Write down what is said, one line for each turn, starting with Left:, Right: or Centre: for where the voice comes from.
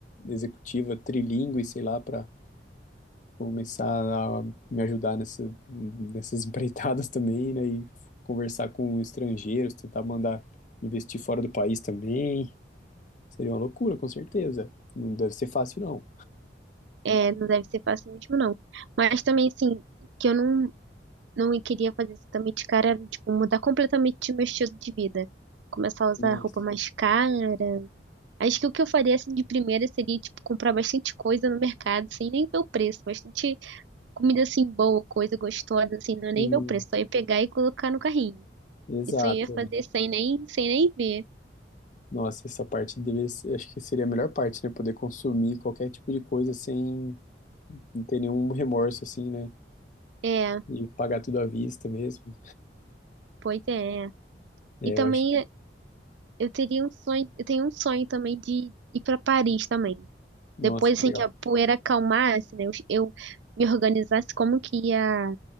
Left: executiva, trilingue, sei lá, para começar a me ajudar nessa, nessas <laughs> empreitadas também, né? E conversar com estrangeiros, tentar mandar investir fora do país também. Seria uma loucura, com certeza. Não deve ser fácil, não.
Right: É, não deve ser fácil mesmo, não. Mas também, assim, que eu não, não queria fazer isso também de cara, era, tipo, mudar completamente meu estilo de vida. Começar a usar
Left: Isso.
Right: roupa mais cara. Acho que o que eu faria, assim, de primeira seria, tipo, comprar bastante coisa no mercado, sem nem ver o preço. Bastante comida, assim, boa, coisa gostosa, assim, não é nem
Left: Sim,
Right: ver o preço. Só ia pegar e colocar no carrinho.
Left: exato.
Right: Isso eu ia fazer sem nem, sem nem ver.
Left: Nossa, essa parte deveria ser, acho que seria a melhor parte, né? Poder consumir qualquer tipo de coisa sem não ter nenhum remorso, assim, né?
Right: É,
Left: E pagar tudo à vista mesmo.
Right: pois é.
Left: É,
Right: E também
Left: eu acho.
Right: eu teria um sonho, eu tenho um sonho também de ir para Paris também.
Left: Nossa,
Right: Depois,
Left: que
Right: assim,
Left: legal.
Right: que a poeira acalmasse, né? Eu, eu me organizasse como que ia